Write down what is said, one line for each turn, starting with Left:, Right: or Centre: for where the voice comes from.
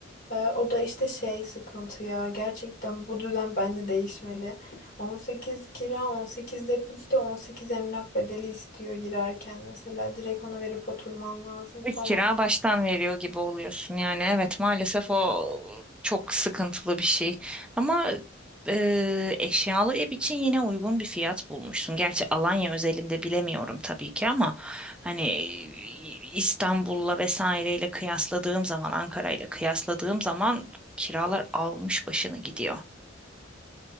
Left: Ee, o da işte şey sıkıntı ya. Gerçekten bu düzen bence değişmeli. 18 kira, 18 depozito, 18 emlak bedeli istiyor girerken. Mesela direkt onu verip oturman lazım
Centre: İlk
Left: falan.
Centre: kira baştan veriyor gibi oluyorsun. Yani evet maalesef o çok sıkıntılı bir şey. Ama e, eşyalı ev için yine uygun bir fiyat bulmuşsun. Gerçi Alanya özelinde bilemiyorum tabii ki ama hani e, İstanbul'la vesaireyle kıyasladığım zaman, Ankara'yla kıyasladığım zaman kiralar almış başını gidiyor.